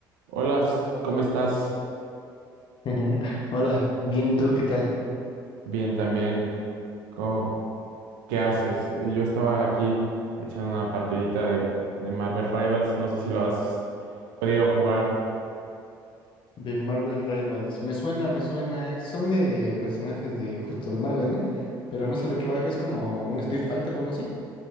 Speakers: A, on the right (about 70°); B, on the left (about 50°).
A: Hola, s- ¿cómo estás?
B: <laughs> Hola, bien, ¿y tú qué tal?
A: Bien también. ¿Cómo- qué haces? Yo estaba aquí echando una partidita de, de Marvel Rivals. No sé si lo has podido jugar.
B: De Marvel Rivals. Me suena, me suena. Son de personajes de justo de Marvel, ¿no? Pero no sé de qué va, es como un Street Fighter o algo así.